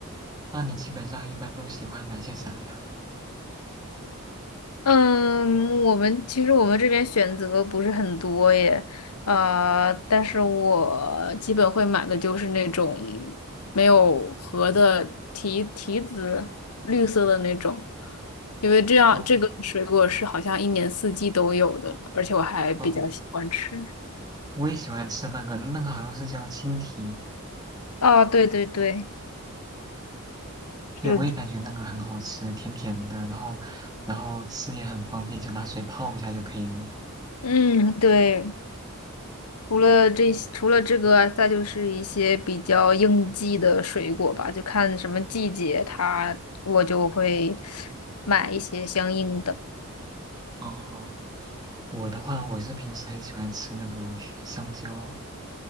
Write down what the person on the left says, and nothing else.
嗯，我们其实我们这边选择不是很多耶，呃，但是我基本会买的就是那种没有核的提提子，绿色的那种，因为这样这个水果是好像一年四季都有的，
而且我还比较喜欢吃。
啊，对对对，是的，
嗯，对。除了这些，除了这个，再就是一些比较应季的水果吧，就看什么季节它，我就会买一些相应的。